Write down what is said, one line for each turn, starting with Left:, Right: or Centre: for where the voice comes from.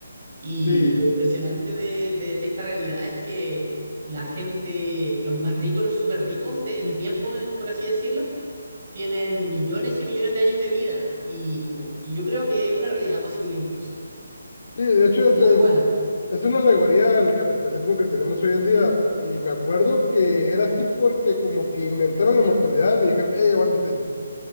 Right: Y
Left: Sí.
Right: lo impresionante de, de esta realidad es que la gente, los más ricos, los súper ricos de, en tiempo, eh, por así decirlo, tienen millones y millones de años de vida. Y, y yo creo que es una realidad posible incluso.
Left: Sí, de hecho es,
Right: Muy
Left: es,
Right: buena.
Left: es una alegoría al capitalismo que tenemos hoy en día. Y me acuerdo que era así porque como que inventaron la inmortalidad y dijeron, hey, aguántese,